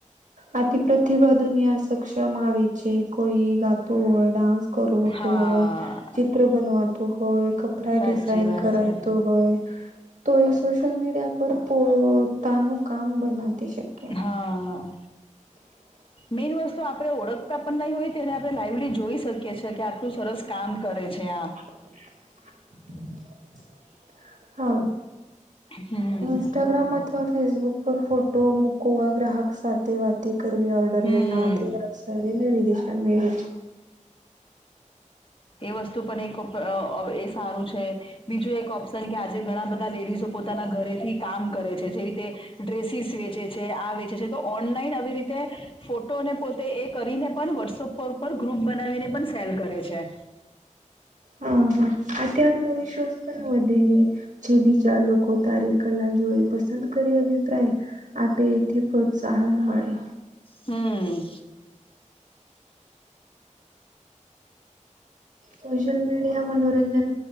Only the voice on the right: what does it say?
આતિ પ્રતિભા દુનિયા સક્ષમ આવે છે, કોઈ ગાતું હોય ડાન્સ કરવું
તોું હોય ચિત્ર બનવાતું હોય કપડા
ડિઝાઇન
કરાવતું
હોય તો એ સોશિ્યયલ મીડિયા પર પોતાનું કામ બનાતી છે.
હ <unintelligible>
<inaudible> હ
ઈન્સ્ટાગ્રામ અથવા ફેસબુક પર ફોટો મુકવા ગ્રાહક સાથે વાતી કરવી ઓર્ડર
લેના તે આપ નવી દિશા મે <unintelligible>
હા હા આ તે આત્મવિશ્વાસ પણ વધે જે બીજા લોકો તારી કલા જોઈ પસંદ કરી અભિપ્રાય આપે એથી પ્રોત્સાહન મળે.
સોશિલ મીડિયા મનોરંજન